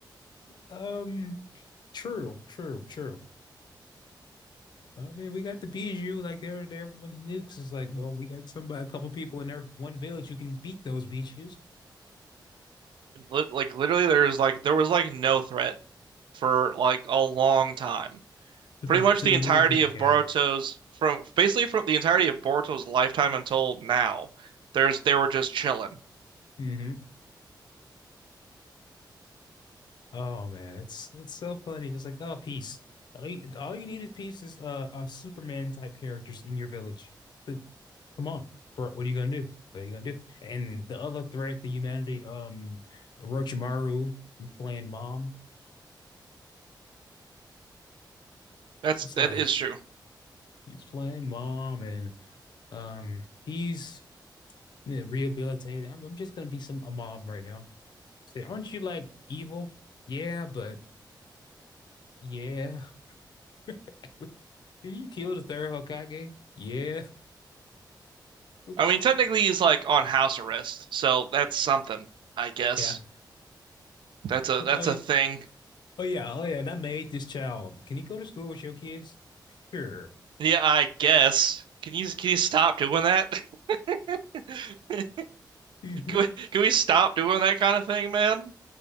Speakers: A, on the left; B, on the right.
A: um, true, true, true. I mean, we got the Biju, like they're they're everyone's nukes. It's like, well, we got somebody, a couple people in their one village who can beat those Bijus
B: Lit- Like literally, there's like there was like no threat. for like a long time.
A: to the
B: Pretty much
A: to
B: the
A: the moon
B: entirety
A: people
B: of
A: came.
B: Boruto's from basically from the entirety of Boruto's lifetime until now, there's they were just chilling.
A: <laughs> hmm Oh man, it's it's so funny. It's like, oh, peace. All you, all you need is peace is uh, uh Superman type characters in your village. The, come on, bro. What are you gonna do? What are you gonna do? And the other threat to humanity, um, Orochimaru, he's playing mom.
B: That's
A: It's
B: that
A: like
B: is true.
A: he's playing mom, and um, he's you know, rehabilitated. I'm, I'm just gonna be some a mom right now. Say, aren't you like evil? Yeah, but yeah. <laughs> You killed the third Hokage? Yeah. <laughs>
B: I mean, technically he's like on house arrest, so that's something, I guess.
A: Yeah.
B: That's a that's
A: Oh yeah,
B: a thing.
A: oh yeah, oh yeah, and I made this child. Can he go to school with your kids? Sure.
B: Yeah, I guess. Can you can you stop doing that? <laughs> Can
A: Mhm.
B: we, can we stop doing that kind of thing, man?